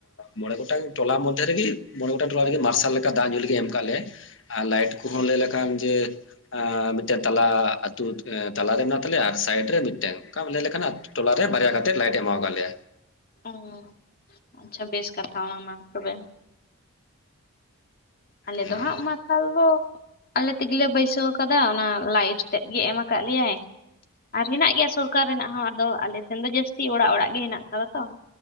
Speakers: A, on the left; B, on the left.
A: ᱢᱚᱬᱮ ᱜᱚᱴᱟᱝ ᱴᱚᱞᱟ ᱢᱚᱫᱽᱫᱷᱮ ᱨᱮᱜᱮ ᱢᱚᱬᱮ ᱜᱚᱴᱟᱝ ᱴᱚᱞᱟ ᱨᱮᱜᱮ ᱢᱟᱨᱥᱟᱞ ᱞᱮᱠᱟ ᱫᱟᱜ ᱧᱩ ᱞᱟᱜᱤ ᱾ ᱠᱟᱞᱮᱭᱟᱭ ᱟᱨ ᱞᱟᱭᱤᱴ ᱩᱱᱠᱩ ᱦᱚᱸ ᱞᱟᱹᱭ ᱞᱮᱠᱷᱟᱱ ᱡᱮ ᱢᱤᱫᱴᱮᱜ ᱛᱟᱞᱟ ᱟᱛᱩ ᱛᱟᱞᱟᱨᱮ ᱢᱮᱱᱟᱜ ᱛᱟᱞᱮᱭᱟ ᱟᱨ ᱥᱟᱭᱤᱰ ᱨᱮ ᱢᱤᱫᱴᱮᱝ ᱚᱱᱠᱟ ᱮᱢ ᱞᱟᱹᱭ ᱞᱮᱠᱷᱟᱱ ᱴᱚᱞᱟ ᱨᱮ ᱵᱟᱨᱭᱟ ᱠᱟᱛᱮᱫ ᱞᱟᱭᱤᱴ ᱮ ᱮᱢᱟᱣ ᱟᱠᱟᱫ ᱞᱮᱭᱟ᱾
B: ᱚ ᱟᱪᱪᱷᱟ ᱵᱮᱥ ᱠᱟᱛᱷᱟ ᱚᱱᱟ ᱢᱟ ᱛᱚᱵᱮ ᱾ ᱟᱞᱮ
A: ᱦᱮᱸ
B: ᱫᱚ ᱦᱟᱸᱜ ᱢᱟ ᱟᱞᱚ ᱟᱞᱮ ᱛᱮᱜᱮᱞᱮ ᱵᱟᱹᱭᱥᱟᱹᱣ ᱠᱟᱫᱟ ᱚᱱᱟ ᱞᱟᱭᱤᱴ ᱛᱮᱫ ᱜᱮ ᱮᱢ ᱠᱟᱜ ᱞᱮᱭᱟᱭ᱾ ᱟᱨ ᱦᱮᱱᱟᱜ ᱜᱮᱭᱟ ᱥᱚᱨᱠᱟᱨ ᱨᱮᱱᱟᱜ ᱦᱚᱸ ᱟᱫᱚ ᱟᱞᱮ ᱥᱮᱱ ᱫᱚ ᱡᱟᱹᱥᱛᱤ ᱚᱲᱟᱜ ᱚᱲᱟᱜ ᱜᱮ ᱦᱮᱱᱟᱜ ᱟᱠᱟᱫᱟ ᱛᱚ ᱾